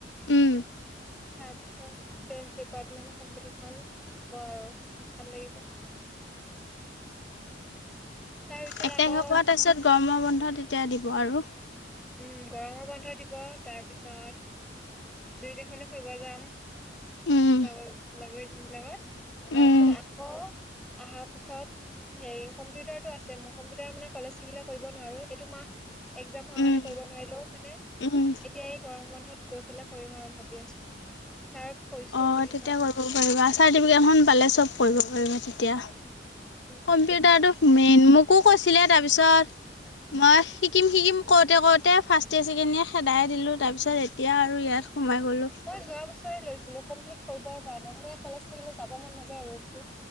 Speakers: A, on the left (about 75°); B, in the centre.
A: উম
B: তাৰপিছত বেচ ডিপাৰ্টমেন্ট কম্পিটিচন হ'ব আৰু ভাল লাগিব তাৰপিছত
A: একে
B: আকৌ
A: হবাহ তাৰিছত গৰমৰ বন্ধ এতিয়া দিব আৰু
B: উম গৰমো বন্ধ দিব তাৰ পিছত দুইোটখলে ফুৰিব যাম
A: উম,
B: লগ লগাইজন লগত তাৰপিছত
A: উম,
B: আকৌ অহাৰ পিছত হে কম্পিউটাৰতটো আছে মই কম্পিউটাৰ মানে কলেজ থাকিলে কৰিব নোৱাৰো এইটো মাহ এক্জাম হোৱা
A: উম,
B: কাৰণে কৰিব নোৱাৰিলেও মানে
A: উম।
B: এতিয়া এই গৰম বন্ধ তত কৈ পেলা কৰিম আৰু ভাবি আছো ছাৰক কৈছো
A: অ
B: কি
A: তেতিয়া
B: হয়
A: কৰিব পাৰিবা চাৰ্টিফিকেটখন পালে চব কৰিব পাৰিবা তেতিয়া
B: উম
A: কম্পিউটাৰটো মেইন মোকো কৈছিলে তাৰপিছত মই শিকিম শিকিম কওঁতে কৰওতে ফাৰ্ষ্টে চছেকেণ্ডিয়ে খেদাই দিলো তাৰ পিছত এতিয়া আৰু ইয়াত সোমাই গ'লোঁ।
B: মই যোৱা বছৰে লৈছিলো কমপ্লিট কৰিব কাৰে মান কলেজ থাকিলে যাব মন নাযায় ৰত